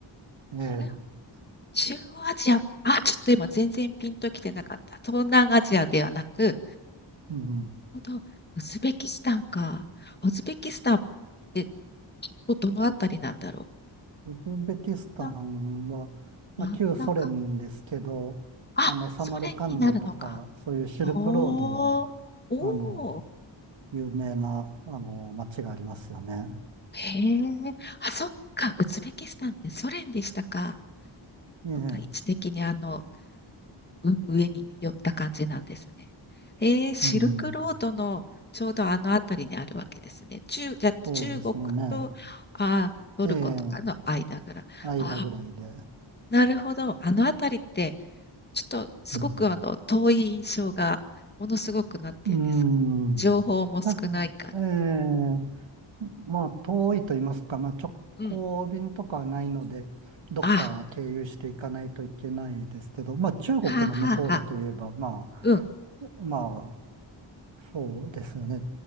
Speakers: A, on the right; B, on the left.
A: ええ
B: ほど、中央アジアか、あ、ちょっと今全然ピンときてなかった。東南アジアではなく、なる
A: うん、
B: ほど、ウズベキスタンか。ウズベキスタンってどのあたりなんだろ
A: ウズベキスタンは、
B: う。な、
A: まあ、
B: 真ん中。
A: 旧ソ連ですけど、
B: あ、
A: あの、サマルカンドとか、
B: ソ連になるのか。
A: そういうシルクロードの、
B: おー、おー、
A: あの、有名な、あの、街がありますよね。
B: へえ。あ、そっか、ウズベキスタンってソ連でしたか。
A: ええ、
B: そうだ位置的にあの、う上に寄った感じなんですね。えー、シルクロードのちょうどあの辺りにあるわけですね。
A: うん、
B: 中、じゃあ中国とあートルコとかの間ぐらい。
A: そうですよね。ええ間ぐらいで。
B: あーなるほど。あの辺りって、ちょっとすごくあの遠い印象が、
A: うん。
B: ものすごくなんていうんですか。
A: うーん。
B: 情報も少ないから。
A: ただ、ええまあ、遠いと言いますか、まあ、直行便とかはないので、
B: うん。
A: どっか経由していかないといけないですけど、
B: あ、
A: まあ、中国の向こうだといえば、
B: はあはあはあ。
A: まあ、
B: うん、
A: まあ、そうですよね。